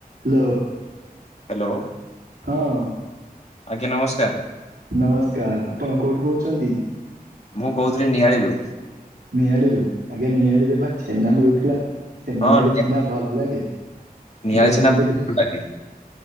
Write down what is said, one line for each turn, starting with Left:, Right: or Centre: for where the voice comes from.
Right: Hello.
Left: Hello.
Right: ହଁ।
Left: ଆଜ୍ଞା ନମସ୍କାର।
Right: ନମସ୍କାର ଆପଣ କୋଉଠୁ କହୁଚନ୍ତି।
Left: ମୁଁ କହୁଥିଲି ନିଆଳିରୁୁ।
Right: ନିଆଳିରୁୁ ଆଜ୍ଞା ନିଆଳିରେ ବା ଛେନା ମିଳୁଥିଲା ସେ ନିଆଳି
Left: ହଁ ନିଆ
Right: ଛେନା ଭଲ ଲାଗେ
Left: ନିଆଳି
Right: ମୁଁ ବା
Left: ଛେନା
Right: ଶୁଣିଥିଲି
Left: ବହୁତ ଭଲ ଲାଗେ।